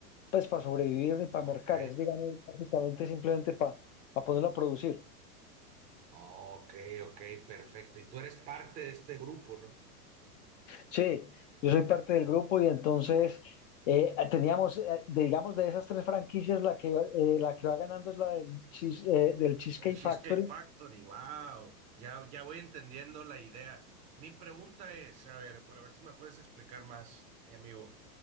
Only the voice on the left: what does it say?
pues para sobrevivir ni para
mercar, es digamos prácticamente simplemente para ponerlo a producir.
Sí, yo soy parte del grupo y entonces eh, teníamos, eh, digamos, de esas tres franquicias, la que, eh, la que va ganando es la del, cheese- eh, del Cheesecake
Factory.